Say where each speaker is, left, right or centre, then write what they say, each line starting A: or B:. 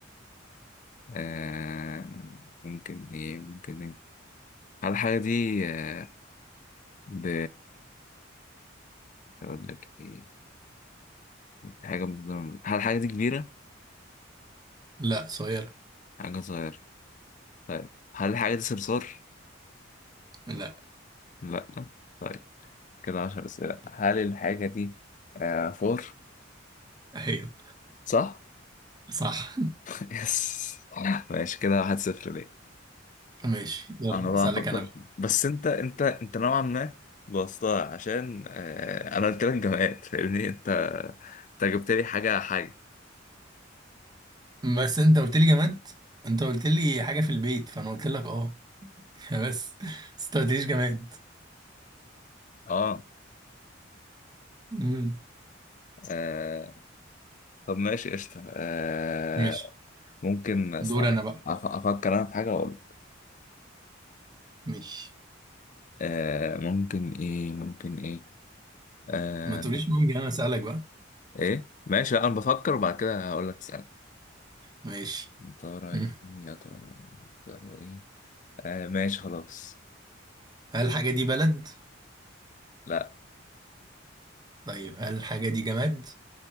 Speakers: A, on the left; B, on the right.
A: آه ممكن ايه ممكن ايه هل الحاجة دي آه ب اقول لك ايه حاجة من ضمن- هل الحاجة دي كبيرة؟
B: لا صغير
A: حاجة صغيرة طيب هل الحاجة دي صرصار؟
B: لا
A: لا طيب كده عشر أسئلة هل الحاجة دي آه فور؟
B: ايوه
A: صح؟
B: صح
A: <laughs> يس ماشي كده واحد صفر ليه
B: ماشي يلا
A: انا بقى
B: اسالك
A: افكر
B: انا بقى
A: بس انت انت انت نوعا ما بوظتها عشان آه انا قلت لك جماد فاهمني انت انت جبت لي حاجة حاجة
B: بس انت قلت لي جماد انت قلت لي حاجه في البيت فانا قلت لك اه <laughs> بس بس انت ما قلتليش جماد
A: اه
B: امم
A: آه، طب ماشي قشطة آه،
B: ماشي
A: ممكن است-
B: دور
A: أف-
B: انا بقى
A: أفكر أنا في حاجة أقول
B: ماشي
A: آه، ممكن إيه ممكن إيه آه،
B: ما تقوليش ممكن انا اسالك بقى
A: إيه ماشي لأ، أنا بفكر وبعد كده هقول لك اسأل
B: ماشي
A: يا ترى
B: مم.
A: إيه يا ترى يا ترى إيه آه، ماشي خلاص
B: هل الحاجه دي بلد
A: لأ
B: طيب هل الحاجه دي جماد